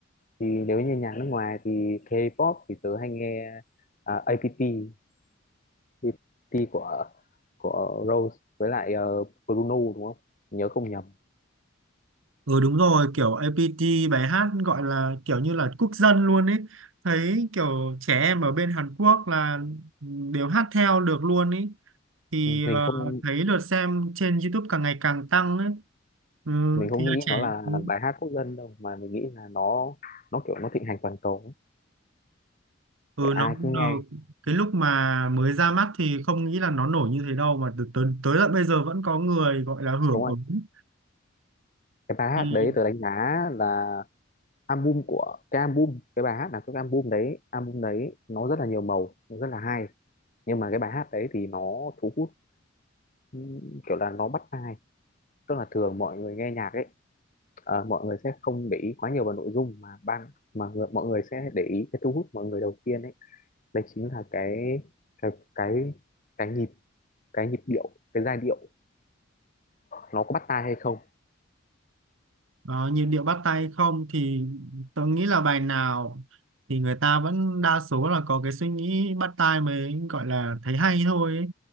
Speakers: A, on the left; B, on the right.
A: thì nếu như nhạc nước ngoài thì K-pop thì tớ hay nghe à, APT APT của của Rose với lại ờ, Bruno đúng không nhớ không nhầm
B: Ừ đúng rồi, kiểu APT bài hát gọi là kiểu như là quốc dân luôn ấy. Thấy kiểu trẻ em ở bên Hàn Quốc là đều hát theo được luôn ấy. Thì
A: mình
B: ờ,
A: không
B: thấy lượt xem trên YouTube càng ngày càng tăng ấy. Ừ,
A: mình không
B: thì là
A: nghĩ
B: trẻ.
A: nó là
B: Ừ,
A: bài hát quốc dân đâu mà mình nghĩ là nó nó kiểu nó thịnh hành toàn cầu ấy.
B: Ừ,
A: Để ai
B: nó cũng
A: cũng
B: được.
A: nghe
B: Cái lúc mà mới ra mắt thì không nghĩ là nó nổi như thế đâu mà từ tới, tới tận bây giờ vẫn có người gọi là hưởng
A: đúng không
B: ứng.
A: cái bài hát
B: Thì
A: đấy tớ đánh giá là album của cái album cái bài hát là cái album đấy album đấy nó rất là nhiều màu nó rất là hay nhưng mà cái bài hát đấy thì nó thu hút ừ, kiểu là nó bắt tai tức là thường mọi người nghe nhạc ấy ờ, mọi người sẽ không để ý quá nhiều vào nội dung mà ban mà người, mọi người sẽ để ý cái thu hút mọi người đầu tiên ấy đấy chính là cái cái cái cái nhịp cái nhịp điệu cái giai điệu nó có bắt tai hay không
B: Đó, nhịp điệu bắt tay không thì tôi nghĩ là bài nào thì người ta vẫn đa số là có cái suy nghĩ bắt tai mới gọi là thấy hay thôi ấy.